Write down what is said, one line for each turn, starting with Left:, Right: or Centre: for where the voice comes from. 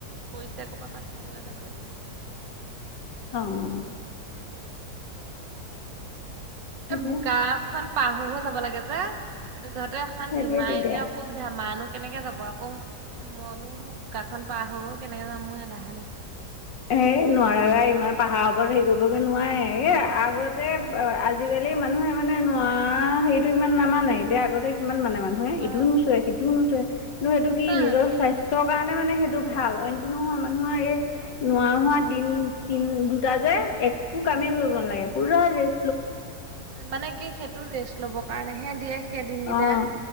Right: পৰিছে কৰপৰা পাত চিঙিবলে যাবলে কব।
Left: অ' তাকে
Right: এই বোকা খন পাৰ হৈ হৈ যাব লাগে যে, সেইটো যহতে অশান্তি,
Left: সেইটোৱে
Right: মায়ে
Left: দিগদাৰ।
Right: এতিয়া অসুবিধা মানো কেনেকে যাব আকৌ। মনো নো বোকাখন পাৰ হৈ কেনেকে যাম মোৰ এলাহে লাগিছে।
Left: এই নোৱাৰা ইমান পাহাৰ ওপৰত হেৰি কৰিবগে নোৱাৰে, এই আগতে আজিকালি মানুহে মানে নোৱাৰা হেৰিটো ইমান নামানে এতিয়া আগতে কিমান মানে মানে নে
Right: অ
Left: ইটোও নোচুৱে, সিটোও নোচুৱে কিন্তু, সেইটো
Right: সঁচা
Left: কি নিজৰ স্বাস্থ্যৰ কাৰণে মানে, সেইটো ভাল অ'। নহয় মানুহৰ এই নুৱা হোৱা দিন, দিন দুটা যে, একো কামেই কৰিব নালাগে পুৰা ৰেছ
Right: মানে কি, সেইটো ৰেষ্ট ল'ব কাৰণেহে দিয়ে। সেই দিনকেইটা
Left: অ'।